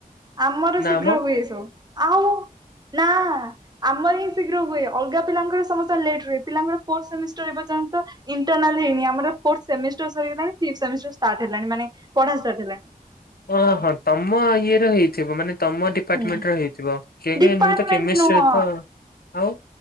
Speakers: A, on the right; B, on the left.
A: ଆମର
B: ନାମ
A: ଶୀଘ୍ର ହୁଏ ସବୁ ଆଉ ନା ଆମର ହିଁ ଶୀଘ୍ର ହୁଏ ଅଲଗା ପିଲାଙ୍କର ସମସ୍ତେ ଲେଟ୍ ରୁହେ ପିଲାଙ୍କର ଫୋର୍ଥ ସେମିଷ୍ଟର ଏର୍ଯ୍ୟନ୍ତ ଇଣ୍ଟରନାଲ ହେଇନି ଆମର ଫୋର୍ଥ ସେମିଷ୍ଟାର ସରିଗଲାଣି ଫିଫ୍ଟସେମିଷ୍ଟାର ଷ୍ଟାର୍ଟ ହେଲାଣି ମାନେ ପଢା ସରିଗଲାଣି
B: ଓ ହଁ ତମ ଇଏ ର ହେଇଥିବ ମାନେ ତମ ଦିପାର୍ଟମେଣ୍ଟ
A: ହୁଁ
B: ହେଇଥିବ କେଜାଣି
A: ଡିପାର୍ଟମେଣ୍ଟ
B: ମୁଁ ତ କେମିଷ୍ଟ୍ରି
A: ନୁହଁ
B: ତ ଆଉ